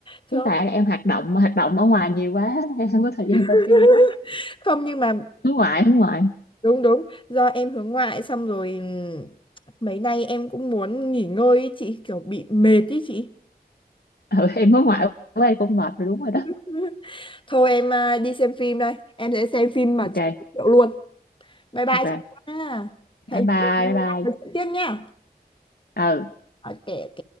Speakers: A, on the left (about 30°); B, on the left (about 75°).
A: Trời
B: hiện
A: ơi.
B: tại là em hoạt động hoạt động ở ngoài nhiều quá <laughs> em không có thời gian
A: <laughs>
B: coi phim đó
A: Không nhưng mà
B: hướng ngoại hướng ngoại
A: đúng đúng, do em hướng ngoại xong rồi ừm, mấy nay em cũng muốn nghỉ ngơi ý chị, kiểu bị mệt ý chị.
B: ừ, em hướng ngoại quá em cũng mệt rồi đúng rồi đó
A: <laughs> Thôi em à, đi xem phim đây. Em sẽ xem phim mà
B: ok
A: chị giới thiệu luôn. Bye bye
B: ok
A: chị nha. Hẹn
B: bye bye
A: chị gặp
B: bye
A: lại
B: bye
A: chị tiếp nha.
B: ừ
A: Ok ok.